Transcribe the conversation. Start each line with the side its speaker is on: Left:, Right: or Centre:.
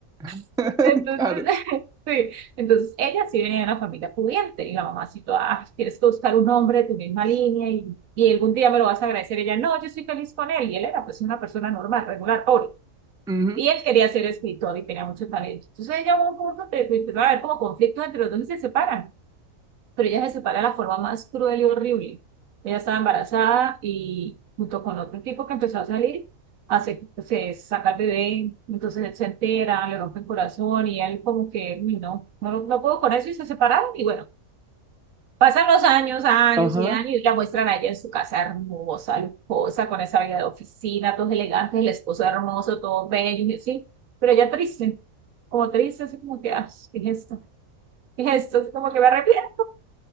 Centre: <laughs>
Right: <laughs> Entonces,
Centre: Claro.
Right: <laughs> sí. Entonces, ella sí venía de una familia pudiente y la mamá sí toda, "Ah, tienes que buscar un hombre de tu misma línea y, y algún día me lo vas a agradecer. Ella, no, yo estoy feliz con él y él era pues una persona normal, regular, pobre.
Centre: ujú,
Right: Y él quería ser escritor y tenía mucho talento. Entonces ella hubo un punto que empezaron a haber como conflictos entre los dos y se separan. Pero ella se separa de la forma más cruel y horrible. Ella estaba embarazada y junto con otro tipo que empezó a salir, hace, se saca el bebé, entonces él se entera, le rompe el corazón y él como que, no, no, no puedo con eso y se separaron. Y bueno, Pasan los años, años
Centre: Ajá.
Right: y años, y la muestran allá en su casa hermosa, lujosa, con esa vida de oficina, todos elegantes, el esposo hermoso, todos bellos, y así, pero ella triste, como triste, así como que, ah, ¿qué es esto? ¿Qué es esto? Así como que me arrepiento,